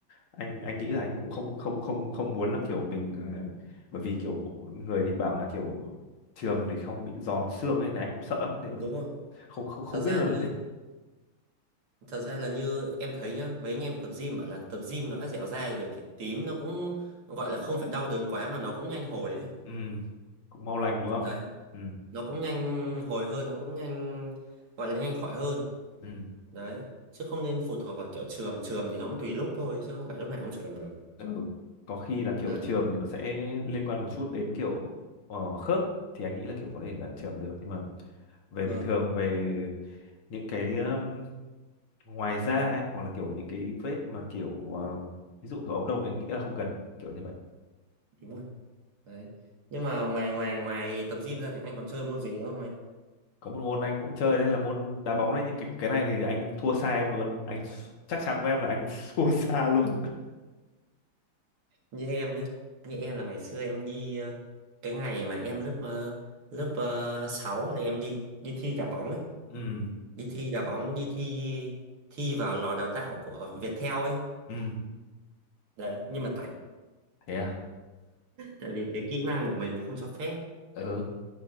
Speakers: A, on the left; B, on the right.
A: anh anh nghĩ là anh cũng không không không không muốn là kiểu mình ờ, bởi vì kiểu người thì bảo là kiểu chườm thì không bị giòn xương ấy này anh cũng sợ lắm nên
B: đúng rồi
A: không không không
B: thật ra
A: biết là
B: như thật ra là như em thấy nhá mấy anh em tập gym bảo là tập gym nó đã dẻo dai rồi thì tím nó cũng gọi là không phải đau đớn quá mà nó cũng nhanh hồi đấy
A: ừ, cũng mau lành đúng không
B: đấy
A: ừ
B: nó cũng nhanh hồi hơn nó cũng nhanh gọi là nhanh khỏi hơn
A: ừ
B: đấy chứ không nên phụ thuộc vào kiểu chườm chườm thì nó cũng tùy lúc thôi chứ không phải lúc nào cũng chườm được
A: Ừ. Có khi là kiểu
B: đấy
A: trường thì nó sẽ liên quan một chút đến kiểu ờ, khớp thì anh nghĩ là kiểu có thể là trường được nhưng mà về
B: vâng
A: bình thường về những cái um, ngoài da ấy hoặc là kiểu những cái vết mà kiểu um, ví dụ kiểu ống đồng thì anh nghĩ là không cần kiểu như vậy
B: đúng rồi đấy nhưng mà ngoài ngoài ngoài tập gym ra thì anh còn chơi môn gì nữa không anh
A: có một môn anh cũng chơi đấy là môn đá bóng đấy nhưng cái, cái này thì anh thua xa em luôn anh s- chắc chắn với em là anh <laughs> thua xa luôn
B: như em nhé như em là ngày xưa em đi ờ, cái ngày mà em lớp ờ, lớp uh, 6 là em đi đi thi đá bóng ấy
A: <laughs> ừ
B: đi thi đá bóng đi thi thi vào lò đào tạo của Viettel ấy
A: ừ
B: đấy nhưng mà tại
A: thế à
B: tại vì cái kỹ năng của mình nó không cho phép
A: ừ